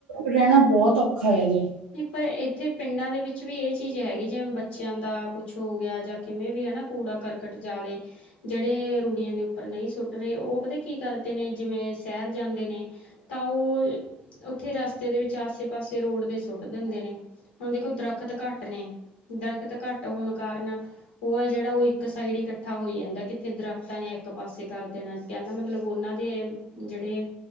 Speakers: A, on the right; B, on the left.
A: ਰਹਿਣਾ ਬਹੁਤ ਔਖਾ ਹੈ ਜੀ।
B: ਨਹੀਂ ਪਰ ਇੱਥੇ ਪਿੰਡਾਂ ਦੇ ਵਿੱਚ ਵੀ ਇਹ ਚੀਜ਼ ਹੈਗੀ ਜਿਵੇ ਬੱਚਿਆਂ ਦਾ ਕੁੱਛ ਹੋ ਗਿਆ ਜ ਕਿਵੇਂ ਵੀ ਹੈ ਨਾ ਕੂੜਾ ਕਰਕਟ ਜ਼ਿਆਦੇ ਜਿਹੜੇ ਰੂੜੀਆਂ ਦੇ ਉੱਪਰ ਨਹੀਂ ਸੁੱਟ ਰਹੇ ਉਹ ਪਤਾ ਕੀ ਕਰਦੇ ਨੇ ਜਿਵੇਂ ਸ਼ਹਿਰ ਜਾਂਦੇ ਨੇ ਤਾਂ ਉਹ ਉੱਥੇ ਰਸਤੇ ਦੇ ਵਿੱਚ ਆਸੇ-ਪਾਸੇ ਰੋਡ ਦੇ ਸੁੱਟ ਦਿੰਦੇ ਨੇ ਹੁਣ ਦੇਖੋ ਦਰੱਖਤ ਘੱਟ ਨੇ ਦਰੱਖਤ ਘੱਟ ਹੋਣ ਕਾਰਨ ਉਹ ਹੈ ਜਿਹੜਾ ਉਹ ਇੱਕ ਸਾਈਡ ਹੀ ਇਕੱਠਾ ਹੋਈ ਜਾਂਦਾ ਕਿੱਥੇ ਦਰਖਤਾਂ ਨੇ ਇੱਕ ਪਾਸੇ ਕਰ ਦੇਣਾ ਕਹਿਣ ਦਾ ਮਤਲਬ ਉਹਨਾਂ ਦੇ ਜਿਹੜੇ